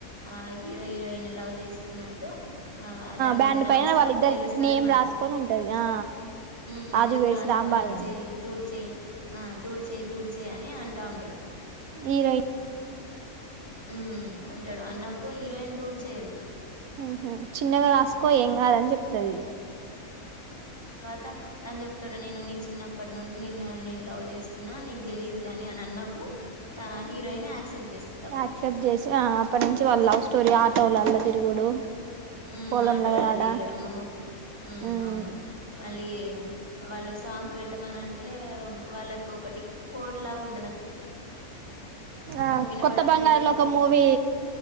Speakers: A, on the left; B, on the right.
A: ఆ హీరో హీరోయిన్ లవ్ చేస్కున్నట్టు ఆ దాన్
B: బ్యాండ్
A: మీద రాస్తే
B: పైన వాళ్ళిద్దరు
A: అప్పుడు తెలుస్తుదన్మాట.
B: నేమ్ రాసుకొని ఉంటది ఆ
A: మ్
B: రాజు
A: ఎందుకు
B: వేడ్స్
A: రాసినవ్
B: రాంబాయి
A: రబ్జెయి
B: అని
A: తూడ్చేయి ఆ తూడ్చెయి తూడ్చెయి అని అంటా ఉంటడు.
B: హీరోయి
A: మ్ అంటడు అన్నప్పుడు హీరోయిన్ తూడ్చేయదు.
B: మ్ హ్ చిన్నగ రాస్కో
A: ఉమ్
B: ఏం కాదని
A: తు-
B: చెప్తది.
A: త తను చెప్తడు నేను నీ చిన్నప్పట్ నుండి నిన్న నే లవ్ చేస్తున్న నీక్ తెలీదు గని అన్ అన్నప్పుడు తా హీరోయినే యాక్సెప్ట్ చేస్తదప్పుడు
B: యాక్సెప్ట్ చేసి ఆ అప్పట్ నుంచి వాళ్ళ లవ్ స్టోరీ ఆటోలల్ల తిరుగుడు
A: ఉమ్
B: పొలంల
A: ఆటోలల్ల
B: కాడ
A: తిరగడము హమ్
B: ఉమ్
A: అవును మళ్ళీ వాళ్ళు సాంగ్స్ పెట్టమనంటే వాళ్ళకు ఒకటి కోడ్ లాగా ఉం
B: ఆ
A: వినబడంగానే
B: కొత్త బంగారు లోకం మూవీ